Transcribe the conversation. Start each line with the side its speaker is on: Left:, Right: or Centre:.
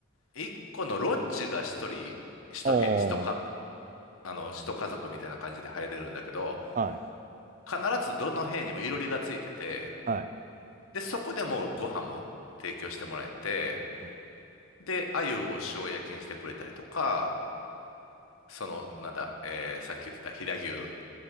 Left: 一個のロッジが一人、一部、
Right: おー。
Left: 一か、あの、一家族みたいな感じで入れるんだけど、
Right: はい。
Left: 必ずどの部屋にもいろりがついてて、
Right: はい。
Left: で、そこでもうご飯も提供してもらえて、
Right: うん。
Left: で、鮎を塩焼きにしてくれたりとか、その、なんだ、えーさっき言ってた飛騨牛、